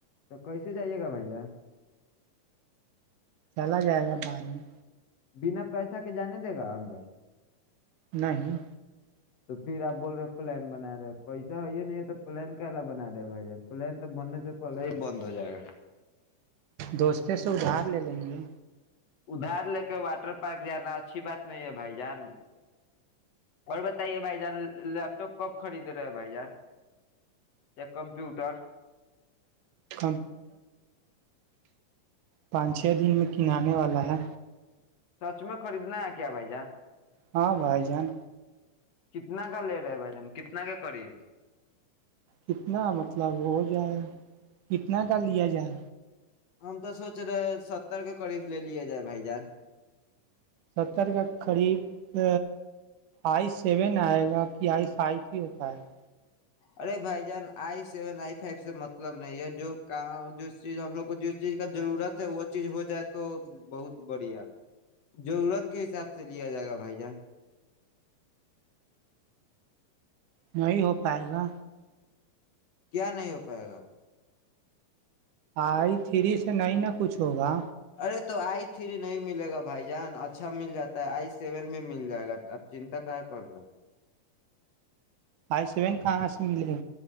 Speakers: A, on the left; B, on the right.
A: تو کیسے جائیے گا بھیا
B: چلا جائے گا بعد میں
A: بنا پیسہ کے جانے دے گا اندر
B: نہیں
A: تو پھر آپ بول رہے ہیں پلان بنا رہے پیسہ ہے یہ نہیں تو پلان کلا بنا رہے بھائی جان پلان تو بننے سے پہلے ہی بند ہو جائے گا
B: دوستتے سے ادھار لے لیں گے
A: ادھار لے کے واٹر پارک جانا اچھی بات نہیں ہے بھائی جان اور بتائیے بھائی جان تو کب خرید رہے بھائی جان یا کمپیوٹر
B: <inaudible> پانچ چھ دن میں کنے والا ہے
A: سچ میں خریدنا ہے کیا بھائی جان
B: ہاں بھائی جان
A: کتنا کا لے رہے بھائی جان کتنا کا قریب
B: کتنا مطلب ہو جائے کتنا کا لیا جائے
A: ہم تو سوچ رہے ستر کے قریب لے لے جائے بھائی جان
B: ستر کا قریب آئی سیون آئے گا کہ آئی فائیو ہی ہو پائے گا
A: ارے بھائی جان آئی سیون آئی فائیو سے مطلب نہیں ہے جو کام جس چیز ہم لوگ کو جس چیز کا ضرورت ہے وہ چیز ہو جائے تو بہت بڑھیا ضرورت کے حساب سے لیا جائے گا بھائی جان
B: نہیںی ہو پائے گا
A: کیا نہیں ہو پائے گا
B: آئی تھری سے نہیں نہ کچھ ہوگا
A: ارے تو آئی تھری نہیں ملے گا بھائی جان اچھا مل جاتا ہے آئی سیون بھی مل جائے گا آپ چنتا کیا کر رہے ہیں
B: آئی سیون کہاں سے ملے